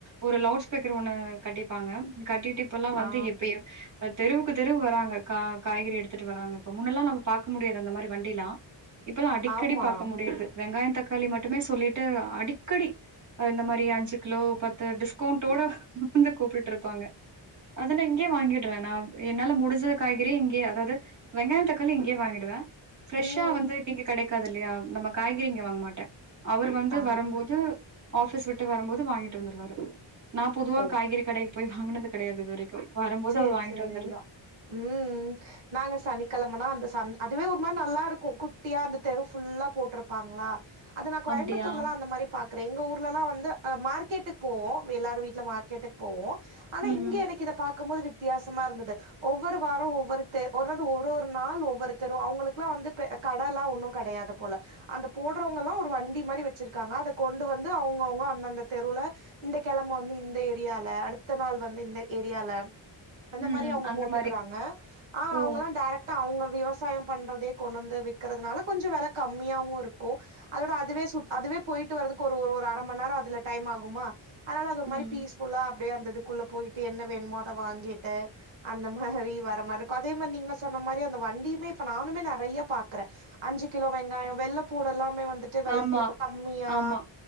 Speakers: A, on the right (about 40°); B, on the right (about 80°).
A: ஒரு லவுட் ஸ்பீக்கர் ஒண்ணு கட்டிப்பாங்க கட்டிட்டு இப்ப எல்லா வந்து
B: ஆ
A: எப்பயு அ தெருவுக்கு தெருவு வராங்க அ க காய்கறி எடுத்துட்டு வராங்க இப்ப முன்னெல்லா நம்ம பாக்க முடியாது அந்த மாரி வண்டிலா இப்பல்லா அடிக்கடி
B: ஆமா
A: பாக்க முடியிது வெங்காயம் தக்காளி மட்டுமே சொல்லிட்டு அடிக்கடி அ இந்த மாரி அஞ்சு கிலோ பத்து டிஸ்கவுண்டோட வந்து கூப்பிட்டு இருப்பாங்க அத நா இங்கேய வாங்கிடுறே நா என்னால முடிஞ்ச காய்கறி இங்கேயே அதாவது வெங்காய தக்காளி இங்கேயே வாங்கிடுவே பிரஷ்ஷா
B: ம்
A: வந்து இங்க கெடைக் க்காதுல்லயா நம்ம காய்கறி இங்க வாங்க மாட்டே அவர் வந்து
B: ஆ
A: வரும்போது ஆபிஸ் விட்டு வரும்போது வாங்கிட்டு வந்துருவாரு நா பொதுவா
B: ஓ
A: காய்கறி கடைக்கு போய் வாங்குனது கெடயாது இது வரை க்கு வரும்போது
B: சேர்
A: அவரு வாங்கிட்டு
B: சேரி
A: வந்துருதா
B: ம் நாங்க சனிக்கிழமைனா அந்த சந் அதுவே ஒரு நல்லா இருக்கு குட்டியா அந்த தெரு ஃபுல்லா போட்டிருப்பாங்களா அது நா கோயம்புத்தூர்ல
A: அப்டியா?
B: தா அந்த மாரி பாக் கிறே எங்க ஊர்லா வந்து அ மார்கெட்டுக்கு போவோ எல்லாரு வீட்ல மார்க்கெட்டுக்கு போவோ ஆனா
A: ம்.
B: இங்க எனக் இதை பாக்கும்போது வித்தியாசமா இருந்தது ஒவ்வொரு வாரோ ஒவ்வொருத்து ஒருது ஒரு ஒரு நாள் ஒவ்வருத்தர் றோ அவங்களுக்குல்லா வந்து பெ கட எல்லா ஒன்னு கெடையது போல அந்த போடுறவங்க எல்லா ஒரு வண்டி மாரி வெச்சிருக்காங்க அத கொண்டு வந்து அவங்கவுங்க அந்தந்த தெருவுல இந்த கிழம வந்து இந்த ஏரியால அடுத்த நாள் வந்து இந்த ஏரியால அந்த
A: ம்.
B: மாரி அவுங்க
A: அந்த
B: போட்டுக்கிறாங்க
A: மாரி.
B: ஆ
A: ஓ!
B: அவங்கல்லாம் டெரக் டா அவுங்க விவசாயம் பண்றதேயே கொண்டு வந்து விக்கிறனால கொஞ்ச கம்மியாவு இருக்கு அதோட அதுவே சு அதுவே போயிட்டு வறதுக்கு ஒரு ஒரு அரை மணி நேர அதுல டைம் ஆகுமா அதனால அது ஒரு
A: ம்.
B: மாதிரி பீஸ்ஃபுல்லா அப்டியே அந்த இதுக்குள்ள போயிட்டு என்ன வேணுமோ அத வாங்கிட்டு அந்த மாரி வர மாரி இருக்கு அதே மாரி நீங்க சொன்ன மாரி அந்த வண்டியுமே இப்ப நானுமே நெறைய பாக்குறே அஞ்சு கிலோ வெங்காய வெள்ளைப்பூடெல்லாமே வந்துட்டு வெள்ளைப்பூ
A: ஆமா,
B: கம்மியா
A: ஆமா.